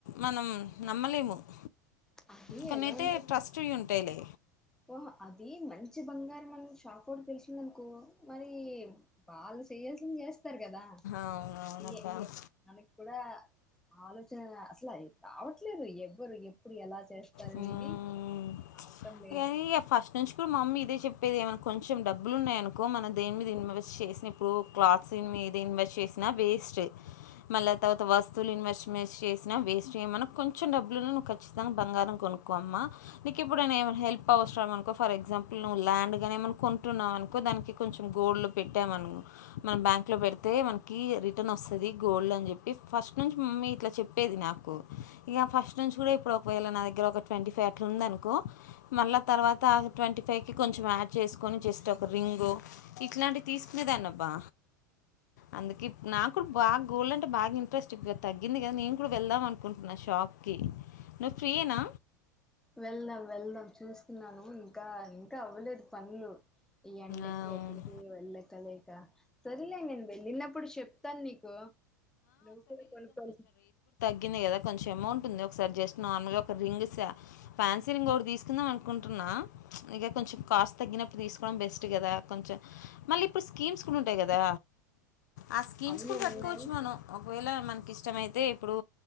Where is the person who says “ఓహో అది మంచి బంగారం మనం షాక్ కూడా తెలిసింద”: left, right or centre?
Centre